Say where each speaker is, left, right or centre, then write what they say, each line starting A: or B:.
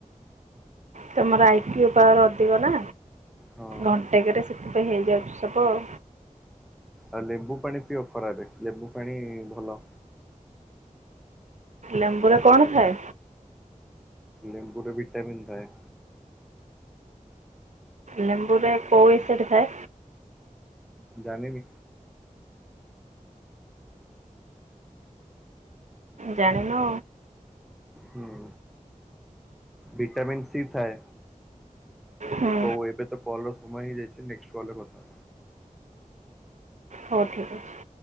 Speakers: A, on the right; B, in the centre.
A: ତୋମର ଆଇକ୍ୟୁ ପାୱାର୍ ଅଧିକ ନା
B: ହଁ।
A: ଘଣ୍ଟେକେରେ ସେଥିପାଇଁ ହେଇଯାଉଛି ସବୁ ଆଉ।
B: ଆଉ ଲେମ୍ବୁ ପାଣି ପିଅ ଖରାଦିନେ, ଲେମ୍ବୁ ପାଣି ଭଲ।
A: ଲେମ୍ବୁରେ କଣ ଥାଏ?
B: ଲେମ୍ବୁ ର ଭିଟାମିିନ୍ ଥାଏ।
A: ଲେମ୍ବୁ ରେ କୋଉ ଏସିଡ୍ ଥାଏ?
B: ଜାଣିନି।
A: ଜାଣିନ।
B: ହୁଁ, ଭିଟାମିିନ୍ ସି ଥାଏ।
A: ହୁଁ
B: ହଉ ଏବେ ତ କଲ୍ ର ସମୟ ହେଇ ଯାଇଛି ନେକ୍ସଟ୍ କଲ୍ ରେ କଥା।
A: ହଉ ଠିକ୍ ଅଛି।